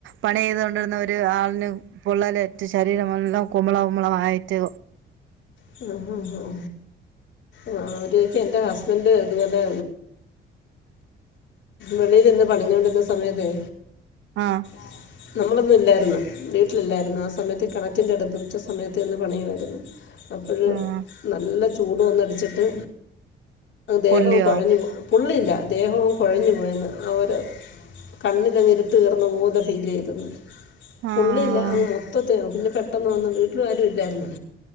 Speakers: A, on the right; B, on the left.
A: പണി ചെയ്തൊണ്ടിരുന്ന ഒരു ആളിന് പൊള്ളലേറ്റ് ശരീരം എല്ലാം കുമ്മള കുമ്മളയിട്ട്
B: ഹും ഹും ഹും ആഹ് ഒരെയ്ക്കം എന്റെ ഹസ്ബൻറ് ഇതുപോലെ വെളിയില്ന്ന് പണിഞ്ഞോണ്ടിരുന്ന സമയത്തേ
A: ആഹ്
B: ആഹ് നമ്മളൊന്നും ഇല്ലായിരുന്നു വീട്ടിലില്ലായിരുന്നു ആ സമയത്ത് കിണറ്റിൻ്റെ അടുത്ത് ഉച്ച സമയത്ത്ന്ന് പണിയുമായിരുന്നു, അപ്പഴ്
A: ആഹ്
B: നല്ല ചൂട് വന്നടിച്ചിട്ട് ദേഹം
A: പൊള്ളിയോ
B: കുഴഞ്ഞു പുള്ളില്ല ദേഹവും കുഴഞ്ഞു പോയെന്ന് ആ ഒരു കണ്ണിലങ്ങി ഇരിട്ട് കയറന്ന പോലെ ഫീൽ ചെയ്തിന്ന് പൊള്ളില്ല
A: ആഹ്
B: അങ്ങ് മൊത്തത്തി പിന്നെ പെട്ടെന്ന് വന്ന് വീട്ടിലും ആരും ഇല്ലായിരുന്നു